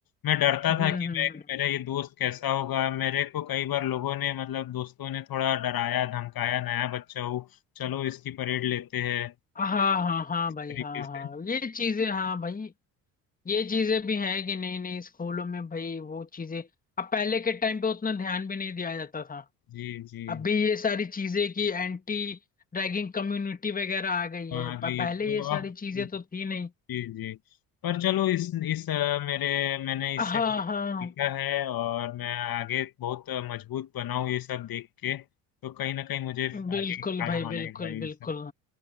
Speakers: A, on the left; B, on the left.
A: मैं डरता
B: हम्म
A: था कि
B: हम्म
A: मैं
B: हम्म।
A: मेरा ये दोस्त कैसा होगा मेरे को कई बार लोगों ने मतलब दोस्तों ने थोड़ा डराया धमकाया नया बच्चा हो चलो इसकी परेड लेते हैं
B: हाँ हाँ हाँ
A: इस
B: भाई
A: तरीके
B: हाँ
A: से
B: हाँ ये चीजें हाँ भाई ये चीजें भी हैं कि नहीं नहीं स्कूलों में भाई वो चीजें अब पहले के टाइम पे उतना ध्यान भी नहीं दिया जाता था
A: जी जी
B: अभी ये सारी चीजें कि एंटी रैगिंग कम्युनिटी वगैरह आ गई
A: हाँ
B: है प-
A: ये
B: पहले
A: तो
B: ये सारी
A: अब
B: चीजें
A: जी
B: तो थी नहीं
A: जी पर चलो इस इस अ, मेरे मैंने इससे
B: हाँ
A: बहुत सीखा
B: हाँ
A: है और मैं आगे बहुत अ, मजबूत बना हूँ ये सब देख के तो कहीं ना कहीं मुझे
B: बिल्कुल
A: आगे काम
B: भाई बिल्कुल
A: आएगा ये
B: बिल्कुल
A: सब